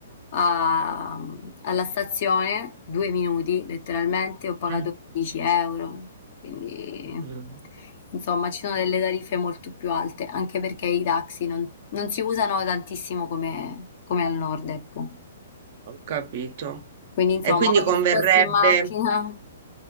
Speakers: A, on the left (about 45°); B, on the right (about 45°).
A: a- alla stazione, due minuti letteralmente, ho pagato
B: mm,
A: dieci euro, quindi
B: mm,
A: insomma ci sono delle tariffe molto più alte, anche perché i taxi non, non si usano tantissimo come, come al nord, ecco.
B: ho capito.
A: Quindi insomma
B: E quindi
A: o
B: converrebbe.
A: disposti in macchina